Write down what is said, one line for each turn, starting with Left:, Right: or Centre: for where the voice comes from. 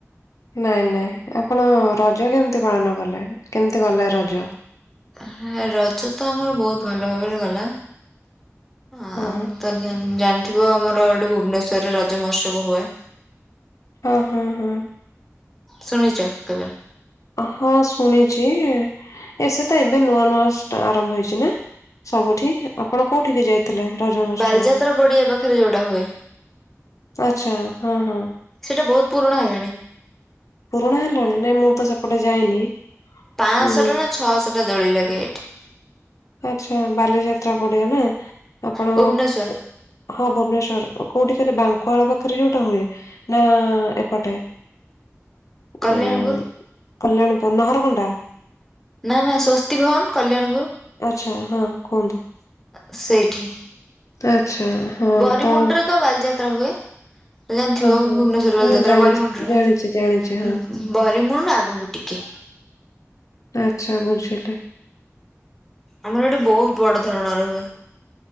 Left: ନାଇଁ ନାଇଁ ଆପଣ ରଜ କେମିତି ପାଳନ କଲେ? କେମିତି କଲେ ରଜ?
Centre: ହଁ ରଜ ତ ଆମର ବହୁତ ଭଲ ଭାବରେ ଗଲା। ଆଉ
Left: ହଁ
Centre: ତ ଗା ହୁଁ ଜାଣିଥିବ ଆମର ଏଠି ଭୁବନେଶ୍ୱରରେ ରଜ ମହୋତ୍ସବ ହୁଏ।
Left: ହଁ-ହଁ।
Centre: ଶୁଣିଚ କେବେ?
Left: ହଁ ଶୁଣିଛି ଏ ସେତ ଏବେ ନୂଆ ନୂଆ ଆରମ୍ଭ ହେଇଛି ନା? ସବୁଠି, ଆପଣ କୋଉଠିକି ଯାଇଥିଲେ ରଜ ମହୋତ୍ସବ?
Centre: ବାଲିଯାତ୍ରା ପଡିଆ ପାଖରେ ଯୋଉଟା ହୁଏ।
Left: ଆଛା ହଁ-ହଁ।
Centre: ସେଇଟା ବହୁତ ପୁରୁଣା ହେଲାଣି।
Left: ପୁରୁଣା ହେଲାଣି, ନାଇଁ ମୁଁ ତ ସେପଟେ ଯାଇନି।
Centre: ପାଞ୍ଚଶଟା
Left: ହୁଁ
Centre: ନା ଛଅଶଟା ଦୋଳି ଲାଗେ ଏଠି।
Left: ଆଛା ବାଲିଯାତ୍ରା ପଡିଆ, ନା ଆପଣ
Centre: ଭୁବନେଶ୍ୱର
Left: ହଁ ଭୁବନେଶ୍ଵର କୋଉଠି କହିଲେ, ବାଙ୍କୁଆଳ ପାଖରେ ଯୋଉଟା ହୁଏ ନା ଏପଟେ।
Centre: କଲ୍ୟାଣପୁର।
Left: ଉ କଲ୍ୟାଣପୁର ନାହରକଣ୍ଟା।
Centre: ନା-ନା ସ୍ୱସ୍ତି ଭବନ କଲ୍ୟାଣପୁର।
Left: ଆଚ୍ଛା ହଁ କୁହନ୍ତୁ।
Centre: ଅ ସେଇଠି।
Left: ଆଛା ହଁ
Centre: ବରିମୁଣ୍ଡରେ
Left: ତ ଆଉ
Centre: ତ ବାଲିଯାତ୍ରା ହୁଏ, ଜାଣିଥିବେ
Left: ହଁ
Centre: ଭୁବନେଶ୍ୱର
Left: ହଁ
Centre: ବାଲିଯାତ୍ରା
Left: ଜାଣିଛି
Centre: ବରିମୁଣ୍ଡରେ
Left: ଜାଣିଛି ଜାଣିଛି ହଁ
Centre: ବରିମୁଳୁ ଆଗକୁ ଟିକେ।
Left: ଆଚ୍ଛା ବୁଝିଲି।
Centre: ଆମର ଏଇଠି ବହୁତ ବଡ ଧରଣର ହୁଏ।